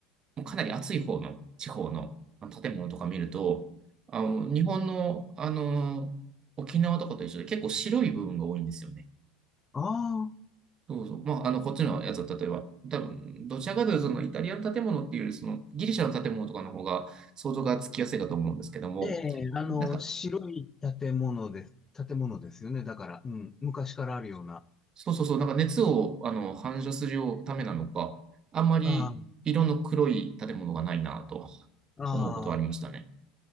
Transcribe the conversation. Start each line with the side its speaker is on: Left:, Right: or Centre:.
Right: もうかなり暑い方の地方のあの建物とか見ると、あの日本の、あの沖縄とかと一緒で結構白い部分が多いんですよね。
Left: ああ、
Right: そうそう。まあ、あの、こっちのやつは、例えば、多分、どちらかというと、そのイタリアの建物っていうより、そのギリシャの建物とかの方が想像がつきやすいかと思うんですけども、
Left: ええ、あの、
Right: なんか、
Left: 白い建物です。建物ですよね。だから、うん、昔からあるような。
Right: そうそうそうそう、なんか熱をあの反射するためなのか、あんまり色の黒い建物がないなと
Left: ああ、ああ。
Right: 思うことはありましたね。